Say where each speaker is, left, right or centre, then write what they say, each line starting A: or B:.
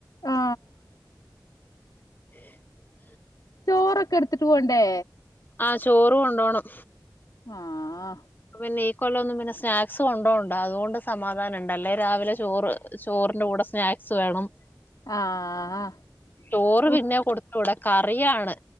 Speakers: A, on the left; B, on the left.
A: ആ
B: <inaudible>
A: ചോറൊക്കെ എടുത്തിട്ട് പോകണ്ടേ
B: ആ ചോറ് കൊണ്ടുപോകണം
A: ആ ആ
B: പിന്നെ ഈ കൊല്ലം സ്നാക്സ് കൊണ്ടുപോകണ്ടാ അതുകൊണ്ട് സമാധാനമുണ്ടല്ലേ രാവിലെ ചോറ് ചോറിന്റെ കൂടെ സ്നാക്സ് വേണം
A: ആ
B: ചോറ്
A: ഓ
B: പിന്നെ കൊടുത്തു വിടാൻ കറിയാണ്